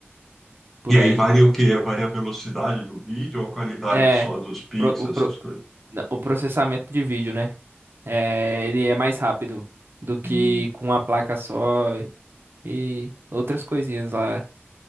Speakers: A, on the right; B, in the centre.
A: Por
B: E aí
A: aí.
B: varia o quê? Varia a velocidade do vídeo ou a qualidade
A: É,
B: só dos pixels,
A: pro- o, pro-
B: essas coisas?
A: na- o processamento de vídeo, né? É, ele é mais rápido do que
B: Hum.
A: com a placa só e outras coisinhas lá